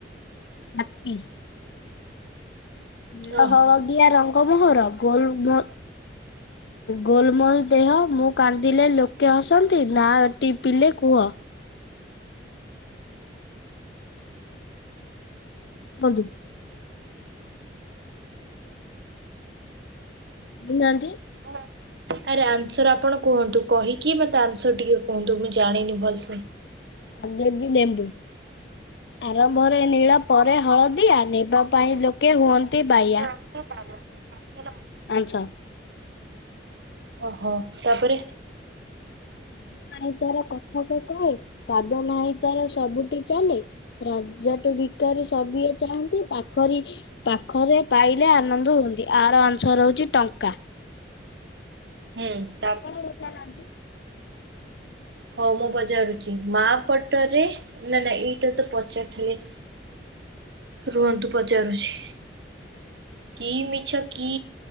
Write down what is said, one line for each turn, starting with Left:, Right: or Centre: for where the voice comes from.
Left: ହାତୀ। ନୀଳ
Right: ଓହୋ।
Left: ହଳଦିଆ ରଙ୍ଗ ମୋହର ଗୋଲ୍ ଗୋଲ୍ ଗୋଲମୋଲ ଦେହ ମୁଁ କାନ୍ଦିଲେ ଲୋକେ ହସନ୍ତି ନା ଟି ପିଲେ କୁହ। ବନ୍ଧୁ। କହୁନାହାନ୍ତି
Right: <unintelligible> ଆରେ ଆନ୍ସର ଆପଣ କୁହନ୍ତୁ କହିକି ମତେ ଆନ୍ସର ଟିକେ କୁହନ୍ତୁ ମୁଁ ଜାଣିନି ଭଲସେ।
Left: କାଗେଜି ଲେମ୍ବୁ। ଆରମ୍ଭରେ ନୀଳ ପରେ ହଳଦିଆ ନେବା ପାଇଁ ଲୋକେ ହୁଅନ୍ତି ବାୟା।
Right: <unintelligible>
Left: ଆନ୍ସା
Right: ଓହୋ ତାପରେ
Left: <inaudible> ନାହିଁ ତାର କଥା ତ କହେ ପାଦ ନାହି ତାର ସବୁଠି ଚାଲେ। ରାଜା ଟୁ ଭିକାରୀ ସଭିଏଁ ଚାହାଁନ୍ତି ପାଖରି ପାଖରେ ପାଇଲେ ଆନନ୍ଦ ହୁଅନ୍ତି। ଆର ଆନ୍ସର ହଉଛି ଟଙ୍କା।
Right: <unintelligible>
Left: ଆପଣ ପଚାରୁନାହାନ୍ତି।
Right: ହଉ ମୁଁ ପଚାରୁଛି ମା ପଟରେ ନା ନା ଏଇଟା ତ ପଚାରୁଥିଲେ। ରୁହନ୍ତୁ ପଚାରୁଛି। କି ମିଛ କି